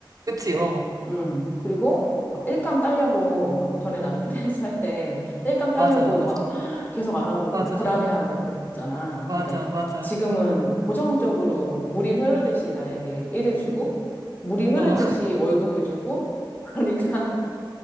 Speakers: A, on the right; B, on the left.
A: 그치, 어.
B: 음, 그리고 막 일감 따려고 막 전에 나도 프리랜서 할 때 일감 따려고
A: 맞아, 맞아.
B: 막 <gasps> 계속 알아보고
A: 맞아,
B: 불안해하고 그랬잖아.
A: 맞아,
B: 근데
A: 맞아.
B: 지금은 고정적으로 물이 흐르듯이 나에게 일을 주고 물이 흐르듯이
A: 어,
B: 월급을 주고 그러니까